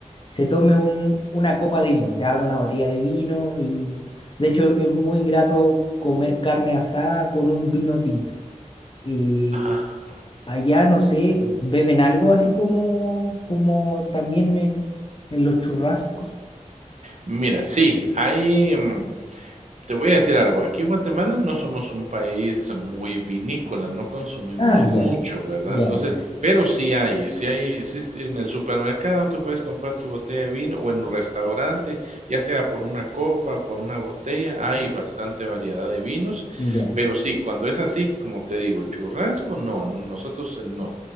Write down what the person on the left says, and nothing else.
se tome un, una copa de vino, se abre una botella de vino y de hecho es muy grato comer carne asada con un vino tinto. Y
allá, no sé, beben algo así como, como también en, en los churrascos.
Ah, ya,
ya,
ya.